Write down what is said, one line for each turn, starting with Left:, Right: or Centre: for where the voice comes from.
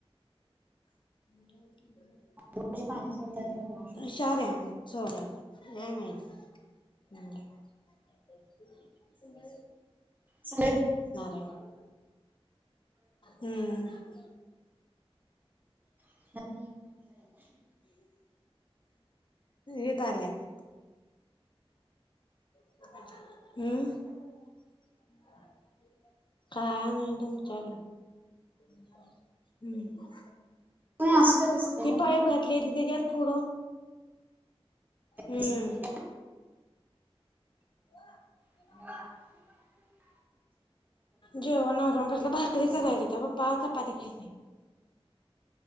Left: हम् <unintelligible>
Right: माझे पाणी सोडतात
Left: हशार्या
Right: कोण
Left: सोय मा ह <unintelligible>
Right: स
Left: आहे हम्म
Right: <unintelligible>
Left: येत आले आता <unintelligible> हम्म <unintelligible> ह <unintelligible> काय नाय तुमच्याकड हम्म
Right: होय असं का दिसतंय
Left: ती
Right: ग
Left: पाईप घातली होती तिझ्यात फोडून हम्म
Right: दिसतंय
Left: हा <unintelligible>
Right: ह <unintelligible>
Left: जेवणआवरून बसलं भाकरी
Right: बसले
Left: करायची त्या पप्पा आता पत <unintelligible> काहीच नाही